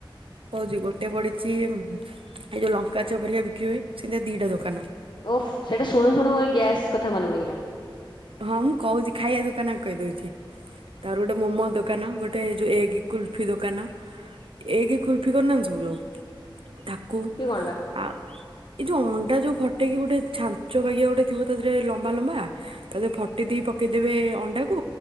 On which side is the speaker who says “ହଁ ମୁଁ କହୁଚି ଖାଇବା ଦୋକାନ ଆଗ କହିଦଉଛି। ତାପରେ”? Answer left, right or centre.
Right